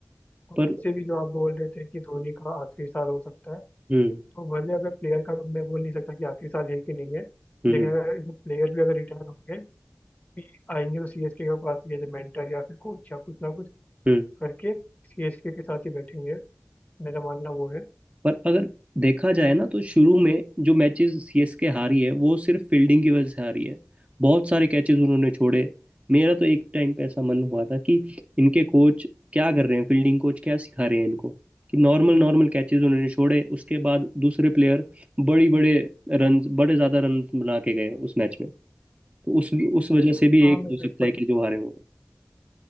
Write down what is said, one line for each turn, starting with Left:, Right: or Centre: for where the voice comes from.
Left: और
Right: पर
Left: वैसे भी जो आप बोल रहे थे कि धोनी का आखिरी साल हो सकता है
Right: हम्म
Left: तो भले अगर प्लेयर का तो मैं बोल नहीं सकता कि आखिरी साल है कि नहीं है
Right: हम्म
Left: लेकिन अगर प्लेयर भी अगर रिटायर होंगे भी आएंगे तो सीएसके के पास ये मेंटर या फिर कोच या कुछ ना कुछ
Right: हम्म
Left: करके सीएसके के साथ ही बैठेंगे मेरा मानना वो है
Right: पर अगर देखा जाए ना तो शुरू में जो मैचेस सीएसके हारी है वो सिर्फ फील्डिंग की वजह से हारी है बहुत सारे कैचेस उन्होंने छोड़े मेरा तो एक टाइम पे ऐसा मन हुआ था कि इनके कोच क्या कर रहे हैं फील्डिंग कोच क्या सिखा रहे हैं इनको कि नॉर्मल नॉर्मल कैचेस उन्होंने छोड़े उसके बाद दूसरे प्लेयर बड़ी बड़े रन बड़े ज्यादा रन बना के गए उस मैच में तो उस उस वजह से भी
Left: हाँ
Right: एक
Left: मैं
Right: हो सकता
Left: बिल्कुल
Right: है कि जो हारे हों